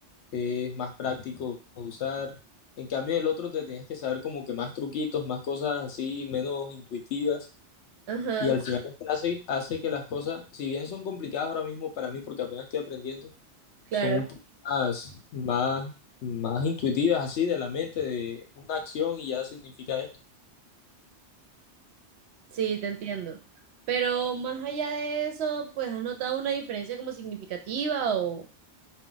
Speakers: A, on the left; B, on the right.
A: es más práctico de usar. En cambio, el otro te tienes que saber como que más truquitos, más cosas así, menos intuitivas.
B: Ajá,
A: Y al final esto hace, hace que las cosas, si bien son complicadas ahora mismo para mí, porque apenas estoy aprendiendo,
B: claro,
A: son un poco más, más, más intuitivas así de la mente, de una acción y ya significa esto.
B: sí, te entiendo. Pero más allá de eso, pues ¿has notado una diferencia como significativa o,